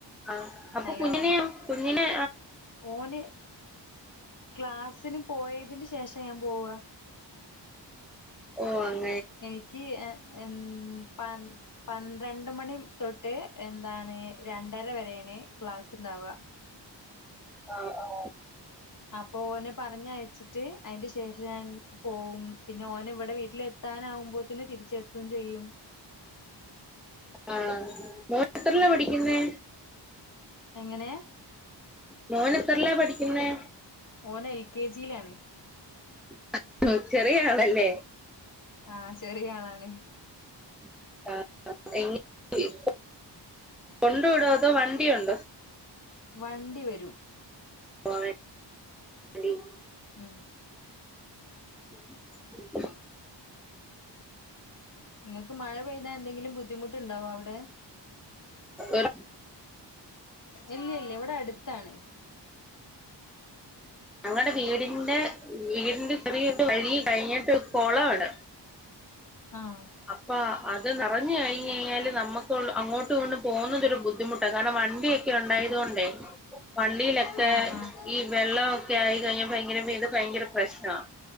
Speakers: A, in the centre; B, on the left.
A: ആ അപ്പൊകുഞ്ഞിനെ
B: ഹലോ
A: കുഞ്ഞിനേ
B: ഓന് ക്ലാസിനു പോയതിനുശേഷ ഞാന് പോവാ
A: ഓ അങ്ങ
B: എനിക്ക് എ എൻ പന് പന്ത്രണ്ടുമണി തൊട്ട് എന്താണ് രണ് രണ്ടരവരേണ് ക്ലാസ്ണ്ടാവ
A: ആ ആ
B: അപ്പൊഓനെ പറഞ്ഞയച്ചിട്ട് അയിന്റെശേഷണ് പോവുംപിന്നെഓന് ഇവിടെ വീട്ടിലെത്താനാവുമ്പോത്തിന് തിരിച്ചെത്തുംചെയ്യും
A: ആ മോൻത്രില്ലാ
B: ഉം
A: പഠിക്കുന്നേ
B: എങ്ങനെ
A: മോനെത്രില്ലാ പഠിക്കുന്നെ
B: ഓന് എൽ കെ ജിയിലാണ്
A: <unintelligible> ചെറിയആളല്ലേ
B: ആ ചെറിയ ആളാണ്
A: <unintelligible> കൊണ്ടുവിടൊ അതോവണ്ടിയുണ്ടോ
B: വണ്ടിവരും
A: <inaudible>
B: മ്
A: <inaudible>
B: ഇങ്ങക്ക് മഴപെയ്താന്തെങ്കിലും ബുദ്ധിമുട്ടുണ്ടാവോ അവിടെ?
A: ഒരു
B: ഇല്ല്യഇല്ല്യ ഇവിടെഅടുത്താണ്.
A: ഞങ്ങടെ വീടിന്റെ വീടിന്റെ ചെറിയ വഴികഴിഞ്ഞിട്ട് കൊളാണ്
B: ആഹ്
A: അപ്പഅ ത് നറഞ്ഞു കഴിഞ്ഞാഴിഞ്ഞാല് നമുക്കൊള്ള് അങ്ങോട്ടുംങ്ങോട്ടും പോന്നത്ഒരു ബുദ്ധിമുട്ടാ കാരണംവണ്ടിയിക്കെ ഉണ്ടായതൊണ്ട് <unintelligible> വണ്ടിയിലൊക്കെ
B: ആഹ് ആഹ്
A: ഈവെള്ളമൊക്കെ ആയികഴിഞ്ഞ പിന്നെ ഭയങ്കരപ്രശ്ന